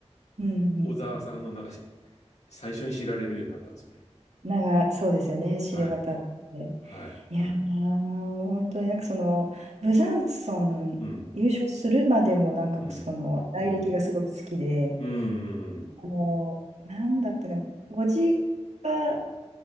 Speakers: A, on the right; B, on the left.
A: うんう
B: 小沢さんのなんかし
A: ん
B: 最初に知られるようになったんですよね。
A: なんか、そうですよね、知れ渡って。
B: はい。はい。
A: いやー、
B: はい。
A: 本当になんかその、ブザンソン優勝するまでもなんかその、
B: うん。うん。
A: 来歴がすごく好きで、
B: うん。うん。うん。うん
A: あの、なんだったかな、ご実家、